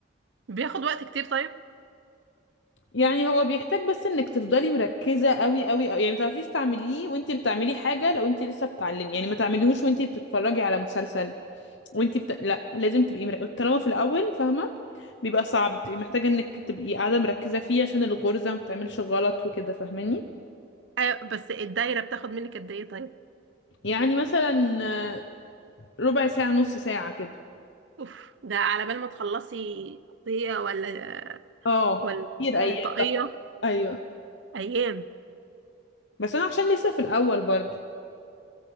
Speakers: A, on the right; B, on the left.
A: بياخد وقت كتير طيب
B: يعني هو بيحتاج بس انك تفضلي مركزه قوي قوي قوي يعني ما تعرفيش تعمليه وانتي بتعملي حاجه لو انتي لسه بتعلمي يعني ما تعمليهوش وانتي بتتفرجي على مسلسل وانتي بت... لا لازم تبقي مر... طالما في الاول فاهمه بيبقى صعب بتبقي محتاجه انك تبقي قاعده مركزه فيه عشان الغرزه ما تعملش غلط وكده فاهماني
A: أيوة بس الدايره بتاخد منك قد ايه طيب
B: يعني مثلا آه، ربع ساعه نص ساعه كده
A: اوف ده على بال ما تخلصي قضيه ولا
B: اه
A: ولا
B: كتير ايام
A: طاقيه
B: ايوه
A: ايام
B: بس انا عشان لسه في الاول برضه